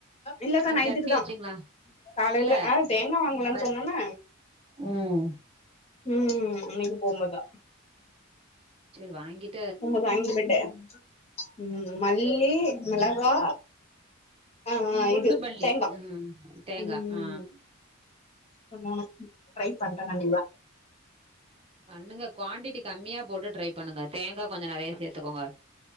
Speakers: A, on the left; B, on the right.
A: இல்லக்கா
B: ஆ
A: நைட்டுக்கு
B: சட்னி
A: தான்
B: வச்சீங்களா
A: காலைல
B: இல்ல
A: ஆ தேங்காய் வாங்கலானு
B: வ
A: சொன்னல்ல
B: ம்
A: ம் அன்னைக்கு போம்போதா
B: செரி வாங்கிட்
A: போம்போது வாங்கிட்டு போய்ட்டு ம் மல்லி மெளகா ஆ ஆ
B: குண்டு
A: இது
B: மல்லி
A: தேங்கா
B: ம் தேங்கா
A: ம்
B: ஆ
A: இந்த மூனு டிரை பண்றே கண்டிப்பா
B: பண்ணுங்க குவாண்ட்டிட்டி கம்மியா போட்டு டிரை பண்ணுங்க தேங்கா கொஞ்சம் நெறையா சேத்துக்கோங்க